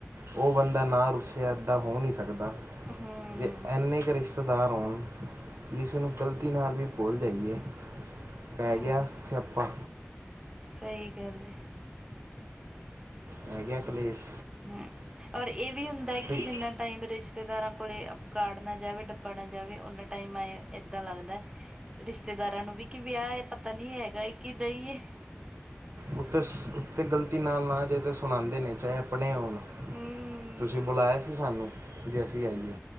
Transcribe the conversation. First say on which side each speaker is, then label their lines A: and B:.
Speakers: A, on the right; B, on the right.
A: ਉਹ ਬੰਦਾ ਨਾ ਰੁੱਸਿਆ, ਐਦਾਂ ਹੋ ਨਹੀਂ ਸਕਦਾ।
B: ਹੂੰ
A: ਜੇ ਐਨਾ ਕਰੀਸ਼ ਰਿਸ਼ਤੇਦਾਰ ਹੋਣ, ਕਿ ਇਸੇ ਨੂੰ ਗਲਤੀ ਨਾਲ ਵੀ ਭੁਲ ਜਾਈਏ ਪੈ
B: ਹੂੰ
A: ਗਿਆ ਸਿਆਪਾ।
B: ਸਹੀ ਗੱਲ ਏ।
A: ਪੈ ਗਿਆ ਕਲੇਸ਼।
B: ਹਮ, ਔਰ ਇਹ ਵੀ ਹੁੰਦਾ ਹੈ
A: ਅਤੇ
B: ਕਿ ਜਿੰਨਾ ਟਾਈਮ ਰਿਸ਼ ਰਿਸ਼ਤੇਦਾਰਾਂ ਕੋਲ ਅਪ ਕਾਡ ਨਾ ਜਾਵੇ, ਡੱਬਾ ਨਾ ਜਾਵੇ, ਓਨਾ ਟਾਈਮ ਆ ਏਦਾਂ ਲੱਗਦਾ ਰਿਸ਼ਤੇਦਾਰਾਂ ਨੂੰ ਵੀ ਕਿ ਵਿਆਹ ਏ, ਪਤਾ ਨੀ ਹੈਗਾ ਕਿ ਨਹੀਂਏ।
A: ਉੱਤੇ- ਉਤੇ ਗ਼ਲਤੀ ਨਾਲ ਨਾ ਜਾਏ ਤਾਂ ਸੁਣਾਉਂਦੇ ਨੇ, ਚਾਹੇ ਆਪਣੇ ਹੋਣ।
B: ਹੂੰ
A: ਤੁਸੀਂ ਬੁਲਾਇਆ ਸੀ ਸਾਨੂੰ, ਕਿ ਜੇ ਅਸੀਂ ਆਈਏ।